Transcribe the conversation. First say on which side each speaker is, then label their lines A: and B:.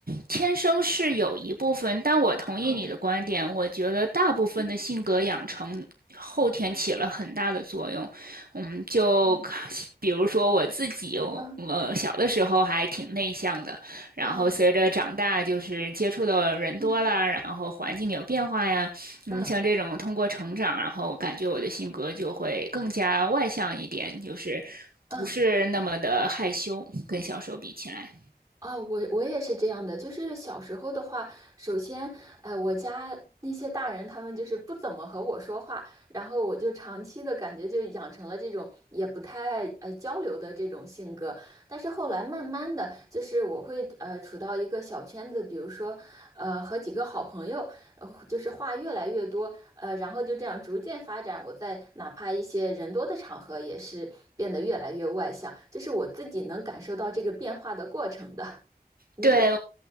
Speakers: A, on the right; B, on the right.
A: 天生是有一部分，但我同意你的观点。
B: 嗯
A: 我觉得大部分的性格养成后天起了很大的作用。
B: 嗯
A: 嗯，就
B: 嗯
A: 比如说我自己，我我小的时候还挺内向的，
B: 嗯
A: 然后随着长大，
B: 嗯
A: 就是接触的人多了，
B: 嗯
A: 然后环境有变化呀，嗯，
B: 嗯
A: 像这种通过成长，然后感觉我的性格就会更加外向一点，就是
B: 嗯。
A: 不是那么的害羞，跟小时候比起来。
B: 啊，我我也是这样的，就是小时候的话，首先，呃，我家那些大人他们就是不怎么和我说话，然后我就长期的感觉就养成了这种也不太爱呃交流的这种性格。但是后来慢慢的，就是我会呃处到一个小圈子，比如说呃和几个好朋友，然后就是话越来越多，呃，然后就这样逐渐发展。我在哪怕一些人多的场合，也是变得越来越外向，这是我自己能感受到这个变化的过程的。你有，
A: 对，